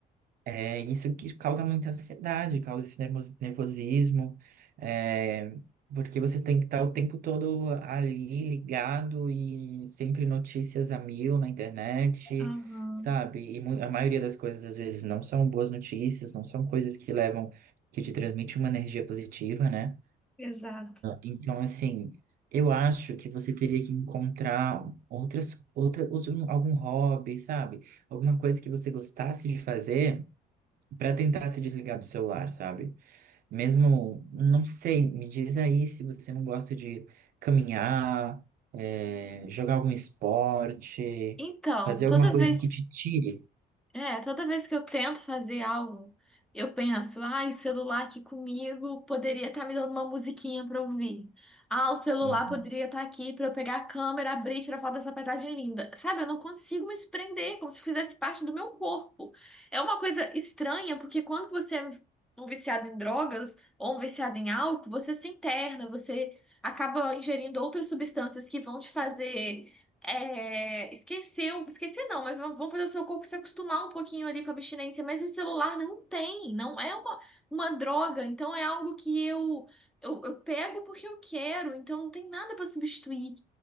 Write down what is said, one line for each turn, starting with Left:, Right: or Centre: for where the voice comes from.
Right: É isso que causa muita ansiedade, causa esse nervo- nervosismo, é, porque você tem que estar o tempo todo ali ligado e sempre notícias a mil na internet,
Centre: Aham,
Right: sabe? E mu- a maioria das coisas às vezes não são boas notícias, não são coisas que levam, que te transmitem uma energia positiva, né?
Centre: exato.
Right: Então, assim, eu acho que você teria que encontrar outras, outra, outro- algum hobby, sabe? Alguma coisa que você gostasse de fazer para tentar se desligar do celular, sabe? Mesmo, não sei, me diz aí se você não gosta de caminhar, é, jogar algum esporte,
Centre: Então,
Right: fazer
Centre: toda
Right: alguma Ah, coisa
Centre: vez
Right: que te tire.
Centre: É, toda vez que eu tento fazer algo, eu penso, ai, o celular aqui comigo poderia estar me dando uma musiquinha pra ouvir. Ah, o celular
Right: Hum,
Centre: poderia estar aqui pra eu pegar a câmera, abrir e tirar foto dessa paisagem linda. Sabe, eu não consigo me desprender, como se fizesse parte do meu corpo. É uma coisa estranha, porque quando você é um um viciado em drogas ou um viciado em álcool, você se interna, você acaba ingerindo outras substâncias que vão te fazer é, esqueceu, esqueci não, mas vão fazer o seu corpo se acostumar um pouquinho ali com a abstinência, mas o celular não tem, não é uma, uma droga, então é algo que eu, eu, eu pego porque eu quero, então não tem nada para substituir.